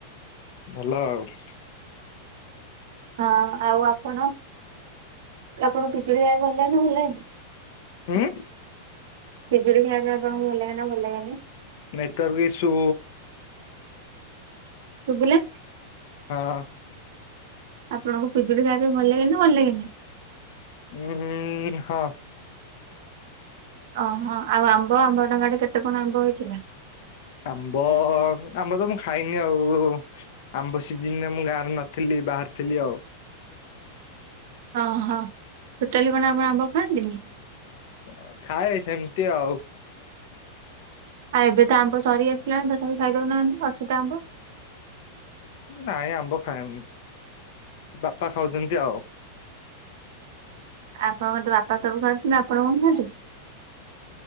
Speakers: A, on the left (about 60°); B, on the right (about 65°).
A: ଭଲ ଆଉ।
B: ହଁ ଆଉ ଆପଣ ଆପଣଙ୍କୁ ପିଜୁଳି ଖାଇବାକୁ ଭଲ ଲାଗେ ନା ଭଲ ଲାଗେନି।
A: ଉଁ
B: ପିଜୁଳି ଖାଇବା ପାଇଁ ଆପଣଙ୍କୁ ଭଲ ଲାଗେ ନା ଭଲ ଲାଗେନି।
A: ନେଟୱର୍କ ର ଈଶୁ
B: ଶୁବିଲା।
A: ହଁ।
B: ଆପଣଙ୍କୁ ପିଜୁଳି ଖାଇବା ପାଇଁ ଭଲ ଲାଗେ ନା ଭଲ ଲାଗେନି।
A: ଉଁହୁଁ ହଁ।
B: ଅହଁ ଆଉ ଆମ୍ବ ଆମ୍ବ ଟଙ୍କାଟେ କେତେ କଣ ଆମ୍ବ ହେଇଥିଲା।
A: ଆମ୍ବ ଆମ୍ବ ତ ମୁଁ ଖାଇନି ଆଉ ଆମ୍ବ ସିଯିନରେ ମୁଁ ଗାଁରେ ନଥିଲି। ବାହାରେଥିଲି ଆଉ।
B: ଅହଁ ଟୋଟାଲି କଣ ଆପଣ ଆମ୍ବ ଖାଆନ୍ତିନି?
A: ଅଁ ଖାଏ ସେମିତି ଆଉ।
B: ଆ ଏବେ ତ ଆମ୍ବ ସରି ଆସିଲାଣି ତଥାବି ଖାଇଦୋଉନାହାନ୍ତି ଅଛି ତ ଆମ୍ବ।
A: ନାଇଁ ଆମ୍ବ ଖାଏନି ବାପା ଖାଉଚନ୍ତି ଆଉ।
B: ଆପଣଙ୍କ ତ ବାପା ସବୁ ଖାଉଚନ୍ତି ଆପଣ କଣ ଖାଆନ୍ତି।